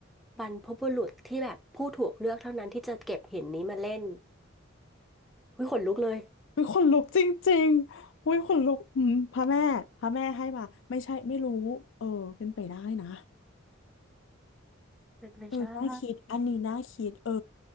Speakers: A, in the centre; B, on the left.
A: บรรพบุรุษที่แบบผู้ถูกเลือกเท่านั้นที่จะเก็บหินนี้มาเล่นเฮ้ยขนลุกเลย
B: วิคนลุกจริงๆวิคนลุกอืมพระแม่พระแม่ให้มาไม่ใช่ไม่รู้เออเป็นไปได้นะ
A: เป็นไปได้
B: เออน่าคิดอันนี้น่าคิดเออ